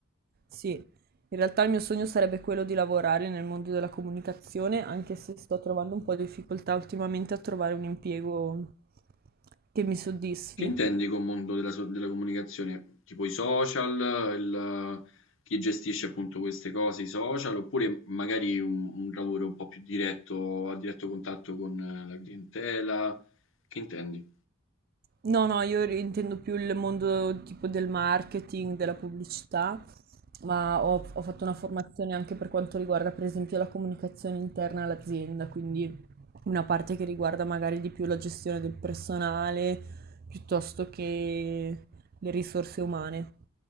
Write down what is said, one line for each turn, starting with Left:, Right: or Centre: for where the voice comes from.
Right: sì, in realtà il mio sogno sarebbe quello di lavorare nel mondo della comunicazione, anche se sto trovando un po' di difficoltà ultimamente a trovare un impiego che mi soddisfi.
Left: Che intendi con mondo della, so- della comunicazione? Tipo i social, il- chi gestisce appunto queste cose, i social, oppure magari un, un lavoro un po' più diretto, a diretto contatto con eh, la clientela? Che intendi?
Right: No, no, io ri- intendo più il mondo tipo del marketing, della pubblicità, ma ho, ho fatto una formazione anche per quanto riguarda, per esempio, la comunicazione interna all'azienda, quindi una parte che riguarda magari di più la gestione del personale piuttosto che le risorse umane.